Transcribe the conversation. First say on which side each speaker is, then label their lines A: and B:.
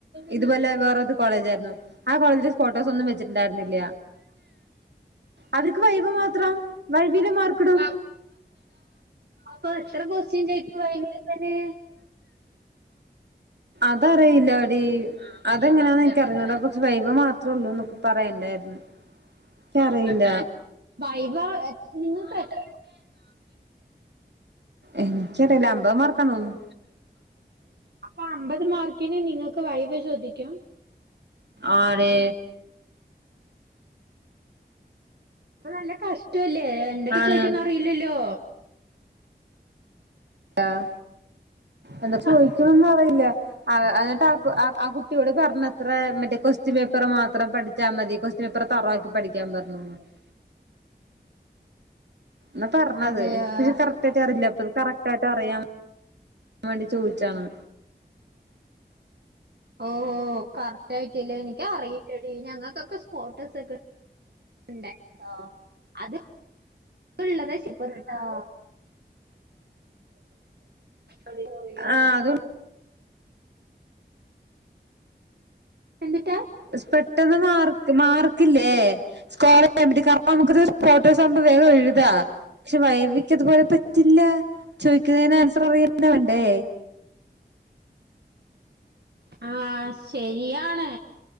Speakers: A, on the right; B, on the right.
A: ഇതുപോലെ വേറൊതു കോളേജാര്ന്നു ആ കോളേജ്ലെ സ്പോ ട്ടോസൊന്നും വെച്ച്ട്ട്ണ്ടായ്ര്ന്നില്ല അത്ക്ക്‌ വൈവ മാത്രം വൈവെല് മാ ക്ക്‌ടും
B: അപ്പൊ എത്ര ക്വസ്റ്റ്യൻ ചോദിക്കും വൈവില് തന്നെ
A: അതറിയില്ല ടി അതെങ്ങനാന്ന് എനിക്കറിഞ്ഞൂട പ വൈവ മാത്രേ ള്ളൂന്ന്ക്കെ പറയ്ണ്ടായിരുന്നു ക്കറില്ല
B: വൈവ നിങ്ങൾക്ക് എത്ര
A: എൻക്കറില്ല അമ്പത് മാർക്കാ തോന്നുന്നു
B: അപ്പൊ അമ്പത് മാർക്കിന് നിങ്ങക്ക് വൈവെ ചോദിക്കും
A: ആ ടി
B: പ്പൊ നല്ല കഷ്ടല്ലേ എന്തൊക്കെ
A: ആണ്
B: ചോദിക്കുന്നറില്ലല്ലോ
A: ആഹ്. എന്താ ചോദിക്കണന്നറിയില്ല. ആ ആ <unintelligible> എന്നിട്ട് ആ ആ കുട്ടിയോട് പർഞ്ഞത്രേ മറ്റേ കൊസ് സ്റ്റൻ പേപ്പറ് മാത്രം പഠിച്ചാ മതി. കൊസ്റ്റൻ പേപ്പർ തറയ്ട്ട് പഠിയ്ക്കാൻ പറഞ്ഞുന്ന് <unintelligible> ന്നാ പർഞ്ഞത്.
B: അതെയോ
A: എ <unintelligible> റില്ലാത്തത് കറക്ടായിട്ട് അറിയാവേണ്ടി ചോയിച്ചാണ്.
B: ഓഹോ, കറക്ടായിട്ടില്ലേ നിയ്ക്കറീ എടീ ഞങ്ങക്കൊക്കെ സ്പോട്ടസക്കെ ണ്ടായി ട്ടോ അത് ഉ <unintelligible> ശൂപ്പറാട്ടോ അടീക്ക് പോന്നേയ്ക്കാര്ന്ന്
A: ആഹ് അത്
B: എന്തുട്ടാ?
A: സ് പെട്ടെന്ന് മാർ മാർക്ക്ല്ലേ സ്കോർ യ്യാൻ പറ്റി. കാ <unintelligible> ണം നമുക്ക് <unintelligible> ഫോട്ടോസാവുമ്പം വേഗം എഴുതാ. ഷെ വൈവിയ്ക്കതുപോലെ പറ്റില്ലാ. ചോദിക്കുന്നേനാൻസറ് പറിയെന്നെ വേണ്ടേ.
B: ആഹ് ശെരിയാണ്.